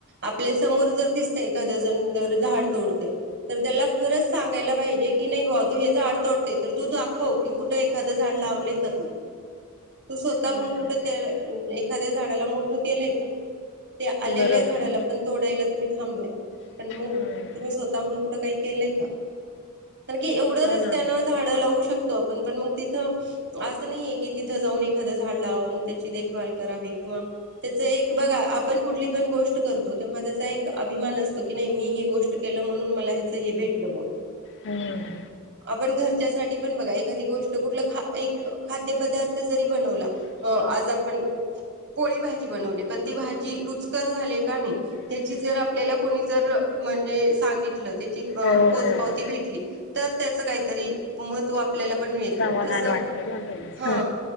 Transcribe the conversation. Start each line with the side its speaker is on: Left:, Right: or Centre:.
Right: आपल्या समोर जर दिसत एखादं जण जर झाड तोडत तर त्याला खरंच सांगायला पाहिजे की नाही बावा तू हे झाड तोडतेय तर तू दाखव की कुठं एखादं झाड लावलंय का तू तू स्वतःहून
Left: हम्म,
Right: कुठ त्या एखाद्या झाडाला मोठं केलंय का ते आलेल्या
Left: बरोबर
Right: झाडाला
Left: आहे.
Right: पण तोडायला तुम्ही थांबय पण मग
Left: हम्म,
Right: तुम्ही स्वतःहून कुठ काही केलंय का कारण की एवढं
Left: हो
Right: रस्त्यान
Left: ना.
Right: झाड लावू शकतो आपण पण मग तिथं असं नाहीये कि तिथ जाऊन एखाद झाड लावावं मग त्याची देखभाल करावी किंवा त्याच एक बघा आपण कुठली पण गोष्ट करतो तेव्हा त्याचा एक अभिमान असतो की नाही मी हे गोष्ट केलं म्हणून मला ह्याच हे भेटलं बुवा
Left: हम्म,
Right: आपण घरच्या सा पण बघा एखादी गोष्ट कुठ ख एक खाद्य पदार्थ जरी बनवला आज आपण पोळी भाजी बनवली ण ती भाजी रुचकर झाली का नाही हची जर आपल्याला कोणी जर म्हणजे सांगितलं
Left: हो, हो.
Right: पोच पावती भेटली तर त्याचं काहीतरी महत्त्व आपल्याला पण मिळत
Left: समाधान
Right: तस
Left: वाटतं ना थोडस.
Right: हा